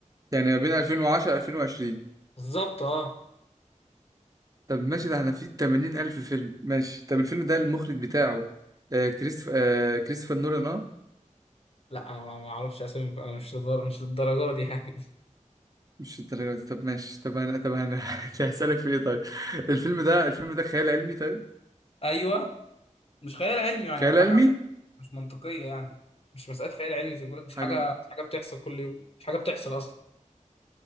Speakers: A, on the right; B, on the left.
A: يعني ما بين 2010 2020
B: <laughs> بالظبط اه
A: طب ماشي ده احنا في 80 ألف فيلم ماشي طب الفيلم ده المخرج بتاعه آه كريستف آه كريستوفر نولان اه
B: لا أنا ما ما اعرفش اسامي أنا مش للدرجه مش للدرجه دي يعني <laughs>
A: مش الدرجة دي طب ماشي طب انا طب انا <laughs> هسألك في ايه طيب الفيلم ده الفيلم ده خيال علمي طيب
B: ايوه مش خيال علمي يعني
A: خيال
B: هو حاجه
A: علمي
B: مش منطقيه يعني مش مساله خيال علمي زي ما بقول لك مش
A: حاجة
B: حاجه
A: من...
B: مش حاجه بتحصل كل يوم مش حاجه بتحصل اصلا